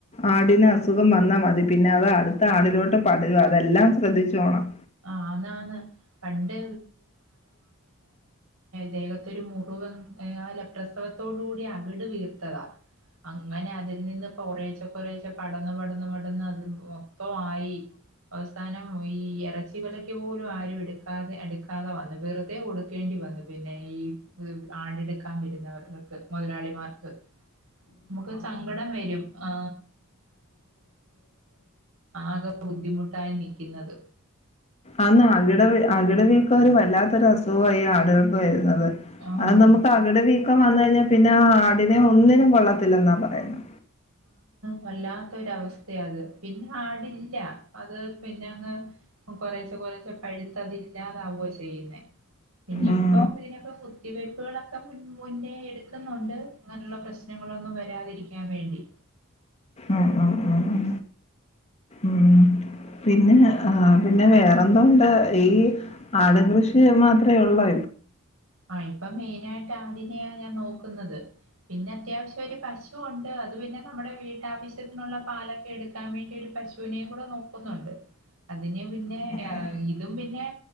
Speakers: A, on the left (about 30°); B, on the right (about 85°).
A: ആടിന്ന് അസുഖം വന്നാ മതി പിന്നെ അത് അടുത്ത ആടിലോട്ട് പടരുക അതെല്ലാം ശ്രദ്ധിച്ചുോണം
B: ആഹ് ആന്നാന്ന്. പണ്ട് ദ്ദേഹത്തൊരു മുറിവ് എ ആ ലെ പ്രസവത്തോട് കൂടി അകട് വീർത്തതാ അങ്ങനെ അതിൽ നിന്ന് കൊറേച്ച ച്ച പടന്ന് പടന്ന് പടന്ന് അത് മൊതോ ആയി അവസാനം ഈ ഇറച്ചി വിലക്ക് പോലും ആരും എടുക്കാതെ എടുക്കാതെ വന്ന വെറുതെ കൊടുക്കേണ്ടി വന്നു പിന്നെ ഐ ആടെടുക്കാൻ വരുന്നവർക്ക് മുതലാളിമാർക്ക് നമുക്ക് സങ്കടം വരും ആ ആകെ ബുദ്ധിമുട്ടായി നിക്കുന്നത്.
A: ആന്നാ അകിട അകിടവീക്കം വല്ലാത്തൊരു അസുഖമായി ആട് വരുന്നത്
B: ആഹ്
A: അ നമുക്ക് അകിട് വീക്കം വന്ന കഴിഞ്ഞാൽ പിന്നെ ആടിനെ ഒന്നിനും കൊള്ളത്തില്ലെന്നാ പറയുന്നു
B: വല്ലാത്തൊരവസ്ഥയാത് പിന്നെ ആടില്ല അത് പിന്നങ്ങ് കൊറേച്ച കുറെച്ചേ പഴുത്ത് അതില്ലാതാവുവ ചെയ്യുന്നേ പിന്ന
A: ഉം,
B: ഇപ്പൊ ഇതിനൊക്കെ കുത്തിവയ്പ്പുകളൊക്കെ മുൻ മുന്നേ എടുക്കുന്നുണ്ട് അങ്ങനുള്ള പ്രശ്നങ്ങളൊന്നും വരാതിരിക്കാൻ വേണ്ടി
A: ഉ ഉ ഉ ഉ ഉ പിന്നെ ആ പിന്നെ വേറെ വേറെന്തോഉണ്ട് ഈ ആട് കൃഷി മാത്രെ ഉള്ളോ
B: ആ ഇപ്പൊ മെയിനായിട്ട് ആടിനെയാ ഞാൻ നോക്കുന്നത്. പിന്നെ അത്യാവശ്യം ഒരു പശുവൊണ്ട്. അത് പിന്നെ നമ്മുടെ വീട്ടാവശ്യത്തിനുള്ള പാലൊക്കെ എടുക്കാൻ വേണ്ടി ഒരു പശൂനേും കൂടെ നോക്കുന്നുണ്ട്. അതിനെ പിന്നെ
A: ആ
B: ഇതും പിന്നെ